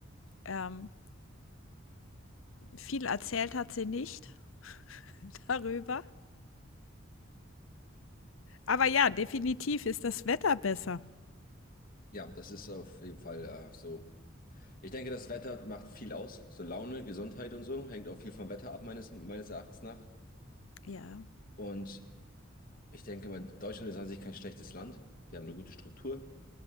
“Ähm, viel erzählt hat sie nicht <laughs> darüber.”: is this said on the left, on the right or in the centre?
Left